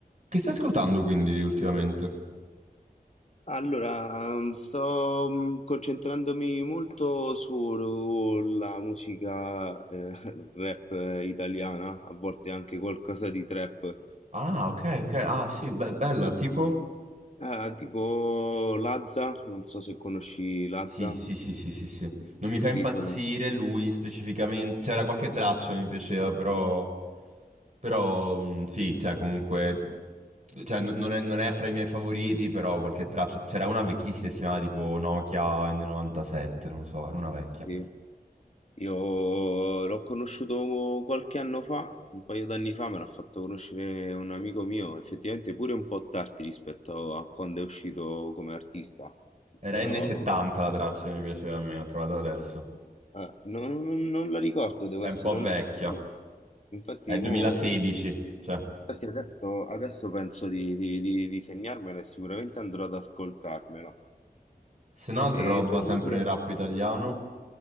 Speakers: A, on the right; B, on the left.
A: Che stai ascoltando quindi ultimamente?
B: Allora, mm, sto mm, concentrandomi molto sulla musica eh, <laughs> rap eh, italiana, a volte anche qualcosa di trap,
A: Ah, ok, ok. Ah, sì, be- bella, tipo?
B: Ah, tipo Lazza, non so se conosci Lazza.
A: Sì, sì, sì, sì, sì, sì. Non mi fa impazzire
B: Sì, sono-
A: lui specificamente. C'era qualche traccia che mi piaceva, però... Però, mh, sì, cioè, comunque... Cioè, n- non è, non è fra i miei favoriti, però qualche traccia... C'era una vecchissima, si chiamava tipo Nokia N97, non lo so, era una vecchia.
B: sì. Io l'ho conosciuto qualche anno fa, un paio d'anni fa, me l'ha fatto conoscere un amico mio, effettivamente pure un po' tardi rispetto a quando è uscito come artista,
A: Era
B: però...
A: N70 la traccia che mi piaceva a me, l'ho trovata adesso.
B: Ah, non, non- non la ricordo, devo
A: È
B: essere
A: un po' vecchia.
B: onesto. sai. Infatti,
A: È 2016,
B: mo-
A: cioè...
B: infatti adesso, adesso penso di, di, di, di segnarmela e sicuramente andrò ad ascoltarmela.
A: Se no, altra
B: E
A: roba
B: tu
A: sempre
B: invece,
A: nel rap italiano.